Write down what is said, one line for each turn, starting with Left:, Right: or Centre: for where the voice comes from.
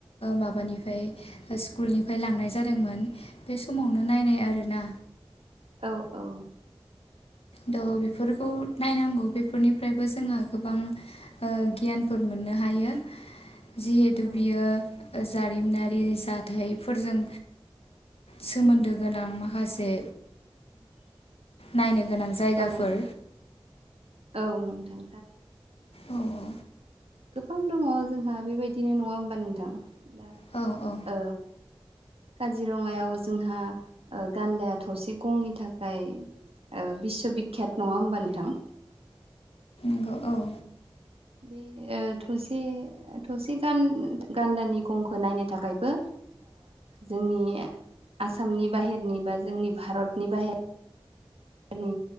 Left: माबानिफ्राय स्कुलनिफ्राय लांनाय जादोंमोन। बे समावनो नायनाय आरोना।
Right: औ औ।
Left: द' बेफोरखौ नायनांगौ बेफोरनिफ्रायबो जोंहा गोबां। गियानफोर मोननो हायो जिहेथु
Right: औ
Left: बियो। जारिमिनारि जाथायफोरजों सोमोन्दो गोनां माखासे नायनो गोनां जायगाफोर
Right: औ नोंथां औ नोंथां।
Left: औ औ।
Right: गोबां दङ जोंहा बेबायदिनो नङा होमबा नोंथां दा।
Left: औ औ।
Right: ओ काजिरङायाव जोंहा गान्दाया थसे गंनि थाखाय बिस्व' बिखियात नङा होमबा नोंथां
Left: नंगौ औ
Right: बे थसे थसे गान्दानि गंखौ नायनो थाखायबो जोंनि आसामनि बाहेरनि बा जोंनि भारतनि बाहेर नि